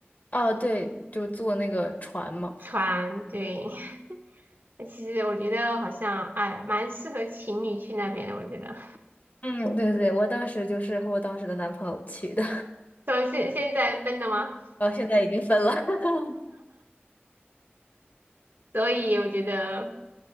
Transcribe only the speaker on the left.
哦，对，就坐那个船嘛。
嗯，对对，我当时就是和我当时的男朋友去的。
呃，现在已经分了。<laughs>